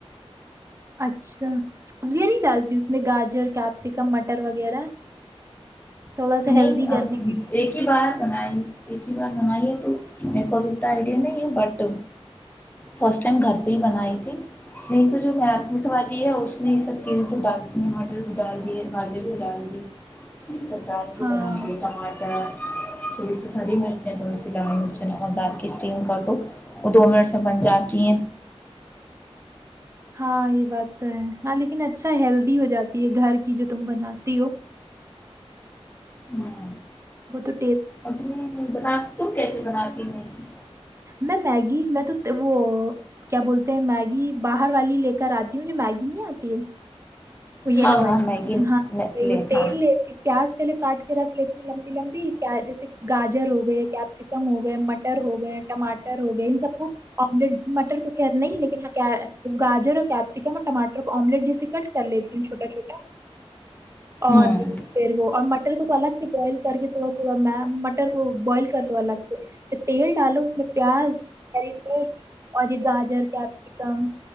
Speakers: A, on the right (about 25°); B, on the left (about 15°).
A: اچھا سبزیاں نہیں ڈالتی اس میں گاجر کیپسیکم مٹر وغیرہ تھوڑا سا
B: نہیں
A: ہیلدی کرنے
B: اب
A: کے-
B: ایک ایک ہی بار بنائی ایک ہی بار بنائی ہے تو میرے کو اب اتنا آئیڈیا نہیں ہے بٹ فسٹ ٹائم گھر پہ ہی بنائی تھی نہیں تو جو میرمٹ والی ہے اس نے یہ سب چیزیں تو ڈال دیتی ہیں مٹر بھی ڈال دیے گاجر بھی ڈال دی <unintelligible>
A: ہاں
B: تھوڑی سی ہری مرچیں تھوڑی سی لال مرچیں نمک ڈال کے اسٹیم کر دو وہ دو منٹ میں بن جاتی ہیں
A: ہاں یہ بات تو ہے ہاں لیکن اچھا ہیلدی ہو جاتی ہے گھر کی جو تم بناتی ہو
B: ہوں
A: بتر
B: اور تم دا تو بناتی نہیں
A: میں میگی میں تو وہ کیا بولتے ہیں میگی باہر والی لے کر آتی ہوں جو میگی نہیں آتی ہے وہ یلو
B: ہاں
A: والی
B: ہاں میگی
A: ہاں
B: نیسلے
A: وہ تیل
B: ہاں
A: لیتی پیاز پہلے کاٹ کے رکھ لیتی ہوں لمبی لمبی جیسے گاجر ہو گئے کیپسیکم ہو گئے مٹر ہو گئے ٹاٹر ہو گئے ان سب کو آملیٹ مٹر تو خت نہیں لیکن گاجر اور کیپسیکم اور ٹماٹر کو آملیٹ جیسے کٹ کر لیتی چھوٹا چھوٹا اور
B: ہوں
A: پھر وہ اور ر کو الگ سے بوائل کر کے تھوڑا تھوڑا مٹر کو بوائل کر لو الگ سے پھر تیل ڈالو اس میں پیاز ہری مرچ اور یہ گاجر کیپسیکم